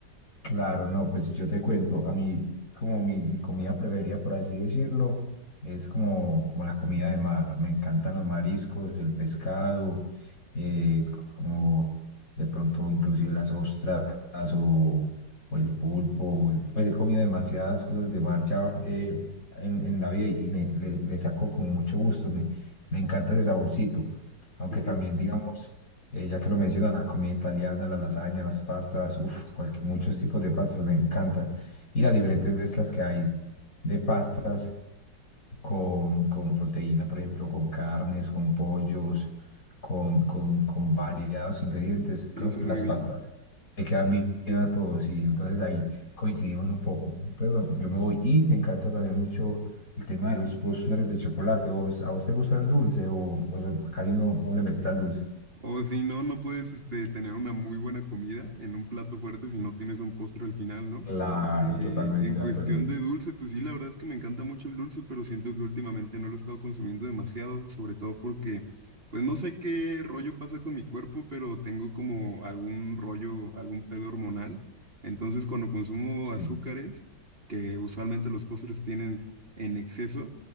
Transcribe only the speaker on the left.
Claro, no, pues yo te cuento, a mí como mi, mi comida preferida, por así decirlo, es como, como la comida de mar. Me encantan los mariscos, el pescado, eh, como de pronto inclusive las ostras o, o el pulpo. Pues he comido demasiadas cosas de mar ya eh, en, en la vida y, y me, le, le saco como mucho gusto, me, me encanta ese saborcito. Aunque
también, digamos, eh, ya que lo menciona, la comida italiana, la lasaña, las pastas, uff, muchos tipos de pastas me encanta. Y las diferentes mezclas que hay de pasta con, con proteína, por ejemplo, con carnes, con pollos, con, con, con variados ingredientes. Creo
que
las
pastas le quedan bien a todos y entonces ahí coincidimos un poco. Pero bueno, yo me voy y me encanta también mucho el tema de los postres de chocolate. ¿Vos, a vos te gusta el dulce o, o so, casi no, no le metes al dulce?
Claro,
totalmente
de acuerdo.
Sí,